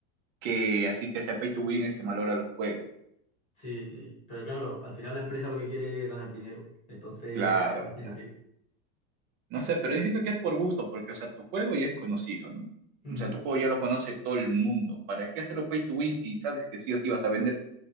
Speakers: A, on the right; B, on the left.
A: Que así que sea pay to win es que valora los juegos.
B: Sí, sí, pero claro, al final la empresa lo que quiere es ganar dinero, entonces
A: Claro,
B: lo hacen
A: claro.
B: así.
A: No sé, pero yo siento que es por gusto, porque, o sea, tu juego ya es conocido, ¿no?
B: Ujú.
A: O sea, tu juego ya lo conoce todo el mundo. ¿Para qué hacerlo pay to win si sabes que sí o sí vas a vender?